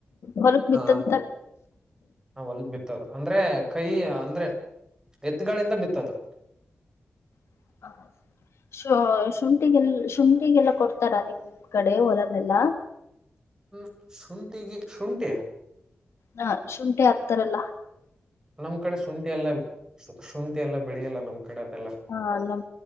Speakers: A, on the left; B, on the right.
A: ಹೊಲಕ್
B: ಹಾ
A: ಬಿತ್ತದು ತಾನೆ
B: ಹೊಲಗ್ ಬಿತ್ತದ ಅಂದ್ರೆ ಕೈ ಅಂದ್ರೆ ಎತ್ತುಗಳಿಂದ ಬಿತ್ತದು
A: <inaudible> <inaudible> ಶು ಶುಂಠಿಗೆಲ್ಲ ಶುಂಠಿಗೆಲ್ಲ ಕೊಡ್ತಾರ ನಿಮ್ ಕಡೆ ಹೊಲನೆೆಲ್ಲ
B: ಹ್ಮ ಶತಿ ಶಣಟ
A: ಹಾ ಶುಂಠಿ ಆಗ್ತಾರಲ್ಲ
B: ನಮ್ ಕಡೆ ಶುಂಠಿ ಎಲ್ಲ ಶುಂಠಿ ಎಲ್ಲ ಬೆಳಲ್ಲ ನಮ್ ಕಡೆ ಅದೆಲ್ಲ
A: ಹಾ ನಮ್